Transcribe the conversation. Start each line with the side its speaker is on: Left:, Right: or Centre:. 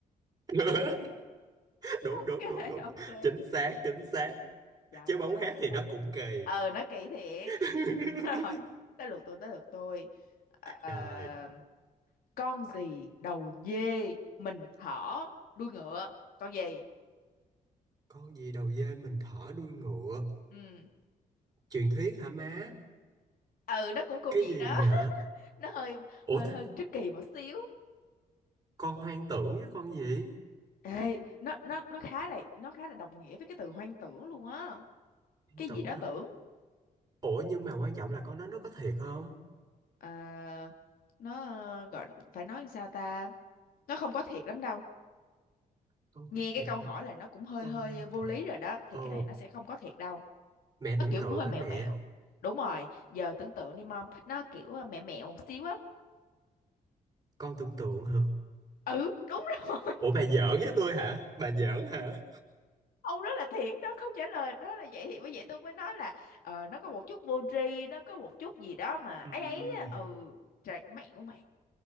Right: <laughs> đúng
Left: <laughs> ok
Right: đúng đúng đúng
Left: ok
Right: chính xác chính xác
Left: trời
Right: chứ
Left: ơi
Right: bóng khác thì nó cũng kỳ
Left: ờ <laughs> nó kỳ thiệt
Right: <laughs>
Left: <laughs> rồi tới lượt tôi tới lượt tôi Ờ,
Right: Rồi,
Left: con gì đầu dê mình thỏ đuôi ngựa con gì
Right: con gì đầu dê mình thở đuôi ngựa?
Left: ừ
Right: Truyền thuyết hả má?
Left: ừ nó cũng cũng
Right: Cái
Left: vậy
Right: gì
Left: đó <laughs>
Right: vậy?
Left: nó hơi
Right: Ủa
Left: hơi
Right: thế
Left: hơi tricky một xíu
Right: con hoang tưởng với con gì?
Left: Ê, nó nó nó khá là nó khá là đồng nghĩa với cái từ hoang tưởng luôn á.
Right: Hoang
Left: Cái
Right: tưởng
Left: gì đó
Right: hả?
Left: tưởng.
Right: Ủa nhưng mà quan trọng là con đó nó có thiệt không?
Left: Ờ, nó ờ, gọi phải nói làm sao ta? Nó không có thiệt lắm đâu.
Right: Con
Left: Nghe
Right: có
Left: cái
Right: thiệt
Left: câu hỏi
Right: không?
Left: là nó cũng hơi
Right: Con
Left: hơi
Right: hoang
Left: vô
Right: tưởng.
Left: lý rồi đó, thì
Right: Ừ,
Left: cái này nó sẽ không có thiệt đâu.
Right: mẹ
Left: Nó
Right: tưởng
Left: kiểu
Right: tượng
Left: hơi
Right: hả
Left: mẹo
Right: mẹ?
Left: mẹo. Đúng rồi, giờ tưởng tượng đi mom, nó kiểu ờ, mẹo mẹo một xíu á.
Right: Con tưởng tượng hả?
Left: Ừ, đúng <laughs> rồi.
Right: Ủa bà giỡn với tôi hả? Bà giỡn hả?
Left: ông đó là thiệt đó câu trả lời đó là vậy thì bởi vậy tôi mới nói là ờ, nó có một chút vô tri nó có một chút gì đó mà
Right: Ừm,
Left: ấy ấy á. ừ trời mẹo mà